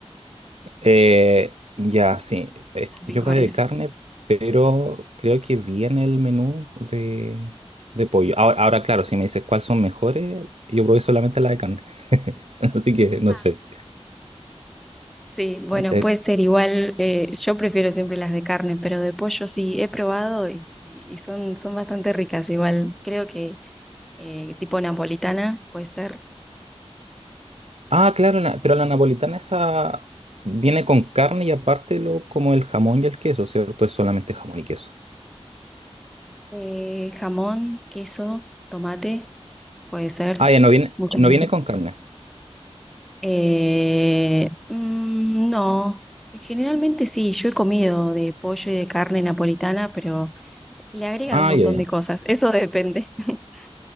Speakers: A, on the right; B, in the centre.
A: eh, ya, sí. Es
B: las
A: que
B: mejores.
A: yo probé de carne, pero creo que viene el menú de, de pollo. Ahora, ahora, claro, si me dices cuáles son mejores, yo probé solamente la de carne. <laughs> Así que no
B: Ah.
A: sé.
B: Sí, bueno,
A: Eh,
B: puede ser igual, eh, yo prefiero siempre las de carne, pero de pollo sí, he probado y, y son, son bastante ricas, igual creo que eh, tipo napolitana puede ser
A: ah, claro, la- pero la napolitana esa viene con carne y aparte lo, como el jamón y el queso, ¿cierto? Es solamente jamón y queso.
B: Eh, jamón, queso, tomate, puede ser,
A: Ah, ya, no viene,
B: muchas
A: no
B: veces.
A: viene con carne.
B: Eh, mm, no, generalmente sí, yo he comido de pollo y de carne napolitana, pero le agregan
A: Ah,
B: un montón
A: ya, ya.
B: de cosas, eso depende. <laughs>